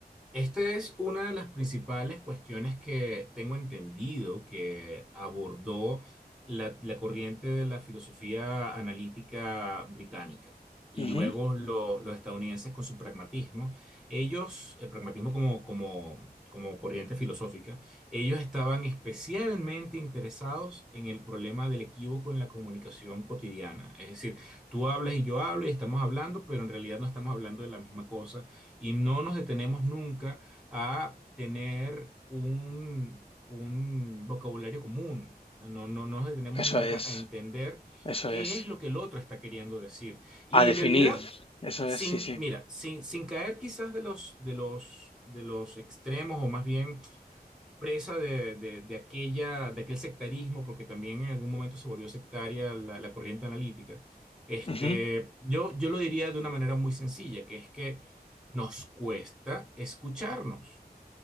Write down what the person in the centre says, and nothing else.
Esta es una de las principales cuestiones que tengo entendido que abordó la, la corriente de la filosofía analítica británica y
luego lo- los estadounidenses con su pragmatismo. Ellos, el pragmatismo como, como, como corriente filosófica, ellos estaban especialmente interesados en el problema del equívoco en la comunicación cotidiana. Es decir, tú hablas y yo hablo y estamos hablando, pero en realidad no estamos hablando de la misma cosa y no nos detenemos nunca a tener un, un vocabulario común. No, no, no nos detenemos
nunca
a entender
qué
es lo que el otro está queriendo decir. Y
en realidad,
sin,
mira, sin, sin caer quizás de los, de los, de los extremos o más bien presa de, de- de aquella, de aquel sectarismo, porque también en algún momento se volvió sectaria la, la corriente analítica. Este,
yo, yo lo diría de una manera muy sencilla, que es que nos cuesta escucharnos,